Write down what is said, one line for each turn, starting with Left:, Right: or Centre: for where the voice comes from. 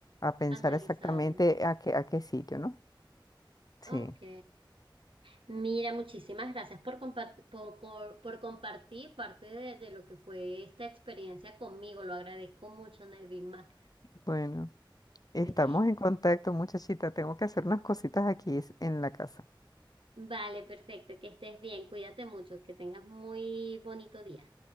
Left: a pensar
Right: analizarlo.
Left: exactamente a qué, a qué sitio, ¿no? Sí,
Right: Ok. Mira, muchísimas gracias por, compart- por, por- por compartir parte de, de lo que fue esta experiencia conmigo. Lo agradezco mucho, Nelvin. Más
Left: bueno, estamos
Right: que-
Left: en contacto, muchachita, tengo que hacer unas cositas aquí en la casa.
Right: Vale, perfecto. Que estés bien. Cuídate mucho. Que tengas muy bonito día.